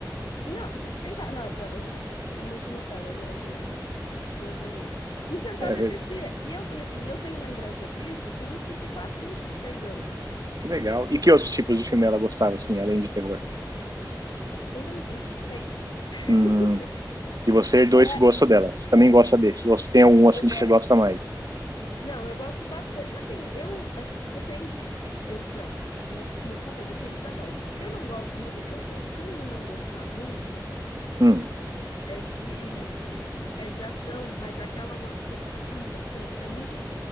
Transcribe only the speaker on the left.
não, e sentar. Nossa, <laughs> é muito Nutella a geração hoje em dia. Geração de hoje. E sentava
e assistia. E eu, e assim, eu tenho lembrança disso com tipo 4, 5, 6 anos.
Eu não, e suspense. <laughs>
Era,
eu gosto.
Não, eu gosto bastante. Assim, eu, assim, depende. Eu, pronto, meu, meu ponto é: depende da vibe. O que eu não gosto muito, o que eu costumo não gostar muito
é de, é de ação, mas aquelas. Porque tem uns filmes de ação que é muito